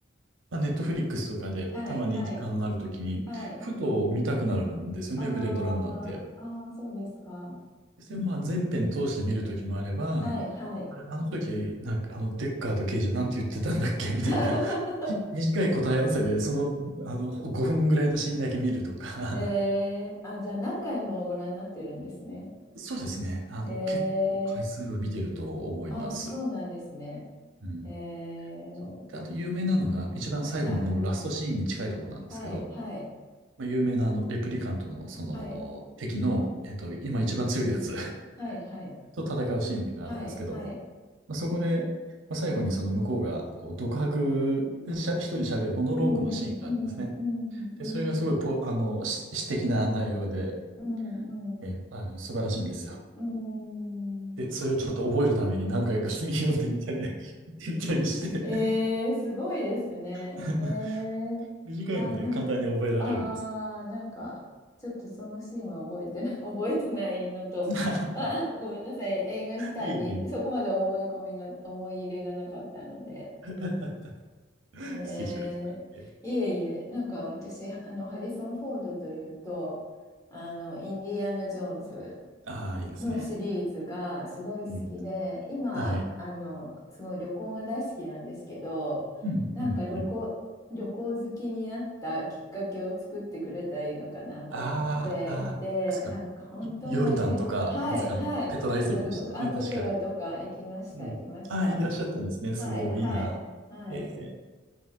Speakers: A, on the right (about 80°); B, on the left (about 20°).
A: まあ、ネットフリックスとかで、
B: はい、
A: たまに時間あるときに、
B: はい、はい。
A: ふと見たくなるんですよね、
B: あーあー、
A: ブレードランナーって。
B: そうですか。
A: で、まあ、全編通して見るときもあれば、
B: はい、はい。
A: あれあの時、なんか、あの、デッカーと刑事はなんて言ってたんだっけ <laughs> みたいな、
B: <laughs>
A: ひ短い答え合わせで、その、あの、5分ぐらいのシーンだけ見るとか、
B: えー、あ、じゃあ何回もご覧になってるんですね。
A: <laughs> そうですね。あの、
B: え
A: 結構回数は見てると思います。
B: ー、ああ、そうなんですね。
A: うん。
B: えー、
A: そう。で、あと有名なのが、一番最後のもうラストシーンに近いとこなんですけど、
B: はい、はい、はい、はい、
A: まあ有名なあの、レプリカントのその敵の、
B: はい、
A: えっと、今一番強いやつ <laughs>
B: はい、はい、
A: と戦うシーンがあるんですけど、
B: はい、はい、
A: まあ、そこで、まあ、最後にその向こうが、こう、独白しゃ、一人喋るモノローグのシーンがあるんですね。
B: うん、うん、うん、
A: で、
B: うん、
A: それがすごいポ、あの、詩詩的な内容で、
B: うん、
A: え、あの、素晴らしいんですよ。
B: うん、うん、
A: で、それをちょっと覚えるために何回か <laughs> 読んでみたり、なんか見みたりして
B: えー、すごいですね。
A: <laughs>
B: えー、
A: 短いので簡単に覚えられるんですけど。
B: あ、なんか、あー、なんか、ちょっとそのシーンは覚えてない、<laughs> 覚えてないのと、
A: <laughs>
B: まあ、<laughs> ごめんなさい、映画自体にそこまで思い込みが、
A: いえいえい
B: 思い入れがなかったので、
A: え。<laughs>
B: えー、
A: 失礼しました。え
B: いえいえ、なんか私、あの、ハリソン・フォードというと、あの、インディアナ・ジョーンズ
A: ああ、いいですね。
B: のシリーズがすごい好きで、
A: うん。
B: 今、
A: はい。
B: あの、すごい旅行が大好きなんですけど、
A: うん、
B: なんか旅行、
A: うん、うん。
B: 旅行好きになったきっかけを作ってくれた映画かなと思っていて、
A: あーあー、ですか。
B: なんか本当にあれ、
A: ヨルダンとかですかね。
B: はい、はい、
A: あのペトラ遺跡でしたよね、
B: ヨルダンとか、あ、
A: 確か。
B: ペトラとか行きました、
A: うん。
B: 行きました。
A: あいらっしゃったんですね。すごい、
B: はい、はい、
A: いいな。
B: はい。
A: ええ。